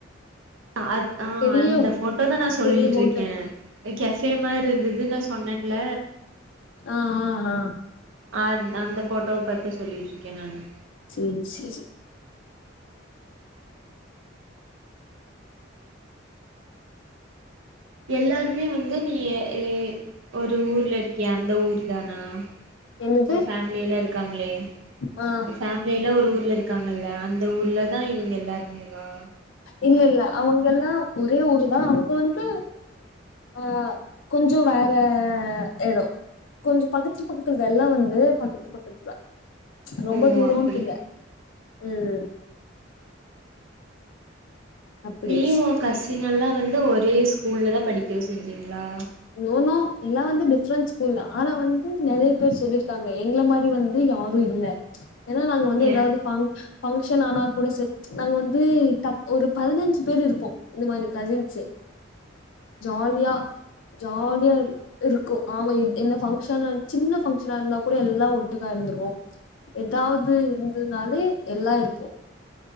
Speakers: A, on the right (about 80°); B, on the left (about 75°).
A: அந் ஆஹ்
B: பெரிய
A: அந்த ஃபோட்டோதா நான் சொல்லிட்டு
B: பெரிய ஹோட்டல்
A: இருக்கே எ கெஸோ மாரி இருந்ததுன்னு நா சொன்னேன்ல
B: ஆஹ் ஆஹ் ஹா
A: அஹ் அந்த ஃபோட்டோவ பாத்து சொல்லிட்டுருக்கே நான்னு
B: சேரி சேரி
A: எல்லாருமே வந்து நீ ஏ ஒரு ஊர்ல இருக்கியே அந்த ஊர் தானா
B: என்னது
A: உ ஃபேமிலில்லா இருக்காங்களே
B: ஆ
A: உ ஃபேம் ஏல்லா ஒரு ஊர்ல இருக்காங்கல்ல அந்த ஊர்ல தா இவங்க எல்லாருமேவா
B: இல்ல இல்ல அவுங்கல்லா ஒரே ஊரு தா அவங்க வந்து ஆஹ் கொஞ்சோ வேற எடோ கொஞ்சோ படிச்சு முடிச்சது எல்லாருமே பக்கத்து பக்கத்துல ரொம்ப
A: ஓ
B: தூரம்ட்டு
A: அப்படி
B: இல்ல உம் அப்டி
A: நீயு ஒ கசினெல்லா வந்து ஒரே ஸ்கூல்ல தா படிக்கவே செஞ்சிங்ளா
B: நோனோ எல்லா வந்து டிஃப்ரெண்ட் ஸ்கூல்ல ஆனா வந்து நிறைய பேர் சொல்லிருக்காங்க எங்கள மாரி வந்து யாரு இல்ல ஏனா நாங்க வந்து
A: ஏ
B: ஏதாவது பங்க் பங்கஷன் ஆனா கூட செர் நாங்க வந்து டக் ஒரு பதினஞ்சு பேர் இருப்போ இந்த மாரி கசின்ஸு ஜாலியா
A: ஓ
B: ஜாலியா இருக் இருக் இருக்கு ஆம்மா என்ன பங்க்ஷனா சின்ன ஃபங்க்ஷனா இருந்தா கூட எல்லா ஒட்டுக்கா இருந்துருவோ எதாவது இருந்தனாலே எல்லா இருப்போ